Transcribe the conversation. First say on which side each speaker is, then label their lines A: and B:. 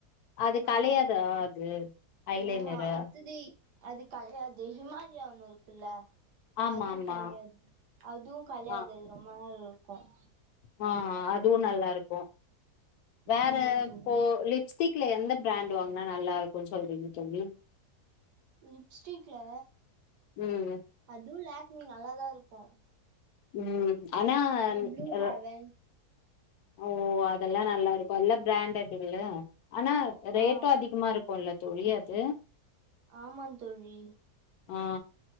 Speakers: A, on the left (about 75°); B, on the right (about 85°).
A: அது கலையாதா
B: ஆ
A: அது ஐ லைனர்ரு
B: ஆஹா அத்தது அது கலையாது ஹிமால் லியா ஒண்ணு இருக்குல்ல
A: ஆமா
B: அதுவு
A: ஆமா
B: களையாது அதுவு களையாது
A: ஆ
B: அது ரொம்ப நாள் கோம்
A: ஆ அதுவு நல்லாருக்கோ வேற
B: ஆமா தோழி
A: போ லிப்ஸ்டிக் டுல எந்த பிராண்ட் வாங்னா நல்லா இருக்குன் சொல்றீங்க தோழி
B: லிப்ஸ்டிக்ல
A: ம்
B: அதுவு லாக் ம் நல்லா தாருக்கும்
A: ம் ஆனா
B: ப்ளூ
A: அ
B: ஹேவன்
A: ஓ அதெல்லா நல்லாருக்கும் எல்லா பிராண்டட் இல்ல ஆனா ரேட்டு
B: ஆ
A: அதிகமா இருக்குன்ல தெரியாத்து
B: ஆமாந் தோழி
A: ஆ